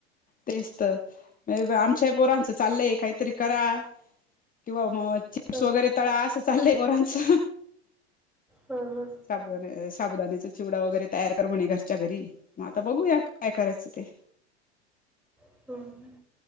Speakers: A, on the left (about 25°); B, in the centre.
A: तेच तर आमच्याही पोरांचं चाललंय काहीतरी करा. किंवा मग चिप्स
B: ह
A: वगैरे तळा असं चाललंय पोरांच.
B: हा हां.
A: साबुदाना अ- साबुदाण्याचा चिवडा वगैरे तयार कर म्हणे घरच्या घरी मग आता बघूयात. काय करायचं ते.
B: <unintelligible>